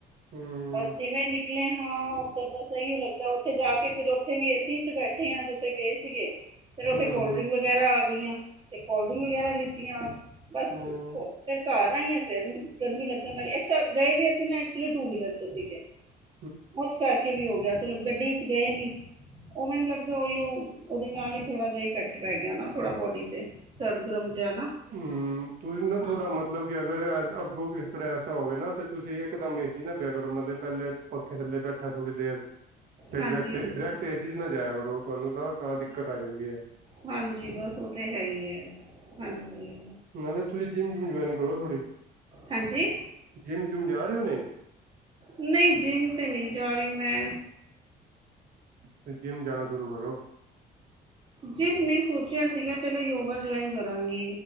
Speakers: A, on the right (about 60°); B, on the right (about 30°).
A: ਹਮ
B: ਬਸ ਜਿਵੇਂ ਨਿਕਲ ਨਿਕਲੇ ਹਾਂ ਉਧਰ ਬਸ ਸਹੀ ਲੱਗਦਾ ਉੱਥੇ ਜਾ ਕੇ ਫਿਰ ਵੀ ਏਸੀ ਚ ਬੈਠੇ ਜਿੱਥੇ ਗਏ ਸੀਗੇ ਫਿਰ ਉੱਥੇ
A: ਹਮ
B: ਕੋਲ
A: ਹਮ
B: ਡਰਿੰਕ ਵਗੈਰਾ ਆ ਗਈਆਂ ਤੇ ਕੋਲਡ ਡਰਿੰਕ ਵਗੈਰਾ ਲਿੱਤੀਆਂ ਬਸ
A: ਹਮ
B: ਫੇਰ ਘਰ ਆਈਆ ਮੈਂ ਫੇਿਰ ਗਰਮੀ ਲੱਗਣ ਵਾਲੀ ਅੱਛਾ ਗਏ ਵੀ ਅਸੀਂ ਨਾ ਐਕਚੁਲੀ ਟੂ ਵੀਲਰ ਚ ਸੀਗੇ
A: <inaudible>
B: ਉਸ ਕਰਕੇ ਵੀ ਹੋ ਗਿਆ ਚਲੋ ਗੱਡੀ ਚ ਗਏ ਨੀ ਉਹ ਮੈਨੂੰ ਲੱਗਦਾ ਉਈ ਉਹ ਓਦੇ ਨਾਲ ਹੀ ਥੋੜਾ ਜਿਹਾ ਇਫੈਕਟ ਪੈ ਗਿਆ ਨਾ ਥੋੜਾ ਬੋਡੀ ਤੇ ਸਰਦ ਗਰਮ ਜਾ ਨਾ
A: ਹੂੰ, ਤੁਸੀਂ ਨਾ ਤੁਹਾਡਾ
B: ਹਾਂ
A: ਮਤਲਬ ਵੀ ਅਗਰ ਅੱਗੋਂ ਇਸ ਤਰ੍ਹਾਂ ਐਸਾ ਹੋਵੇ ਨਾ ਤਾਂ ਤੁਸੀਂ ਇੱਕਦਮ ਏ ਸੀ ਨਾ ਪਿਆ ਕਰੋ ਮਤਲਬ ਪਹਿਲੇ ਪੱਖੇ ਥੱਲੇ ਬੈਠਾ ਥੋੜ੍ਹੀ ਦੇਰ ਫਿਰ
B: ਹਾਂਜੀ
A: ਡਾਇਰੈਕਟ
B: ਹਾਂਜੀ
A: ਡਾਇਰੈਕਟ ਏ ਸੀ ਏ ਸੀ ਚ ਨਾ ਜਾਇਆ ਕਰੋ ਤੁਹਾਨੂੰ ਨਾ ਤਾਂ ਦਿੱਕਤ ਆ ਜਾਂਦੀ ਆ
B: ਹਾਂਜੀ ਬਸ ਉਹ ਤਾਂ ਹੈ ਹੀ ਹੈ ਹਾਂਜੀ
A: ਨਾਲੇ ਤੁਸੀਂ ਜਿੰਮ ਜੁੰਮ ਜਆਇਨ ਕਰੋ ਥੌੜੀ
B: ਹਾਂਜੀ
A: ਜਿੰਮ ਜੁਮ ਜਾ ਰਹੇ ਓ ਨੇ
B: ਨਹੀਂ ਜਿੰਮ 'ਤੇ ਨਹੀਂ ਜਾ ਰਹੀ ਮੈਂ
A: ਫਿਰ ਜਿੰਮ ਜਾਣਾ ਸ਼ੁਰੂ ਕਰੋ
B: ਜਿੰਮ ਨਹੀਂ ਸੋਚਿਆ ਸੀਗਾ ਚਲੋ ਯੋਗਾ ਜੁਆਇਨ ਕਰਾਂਗੀ